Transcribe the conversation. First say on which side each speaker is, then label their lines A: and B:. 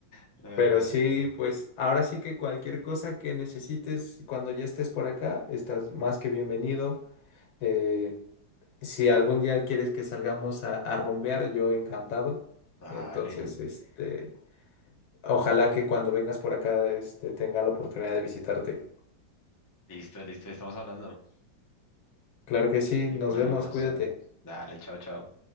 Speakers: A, on the left; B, on the left.
A: La verdad.
B: Pero sí, pues ahora sí que cualquier cosa que necesites cuando ya estés por acá, estás más que bienvenido. Eh, si algún día quieres que salgamos a, a rumbear, yo encantado.
A: vale
B: Entonces, este, ojalá que cuando vengas por acá, este, tenga la oportunidad de visitarte.
A: listo, listo, estamos hablando
B: Claro que sí,
A: y
B: nos
A: cuadramos.
B: vemos, cuídate.
A: Dale, chao, chao.